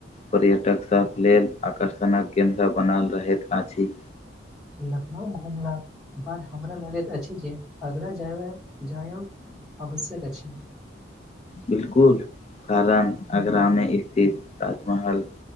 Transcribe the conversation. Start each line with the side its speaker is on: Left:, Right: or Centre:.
Left: पर्यटक सब लेल आकर्षणक केन्द्र बनल रहैत अछि
Centre: लखनऊ घुमलाक बाद हमरा लगैत अछि जे आगरा जायब जायौ आवश्यक अछि
Left: बिलकुल कारण आगरामे स्थित ताजमहल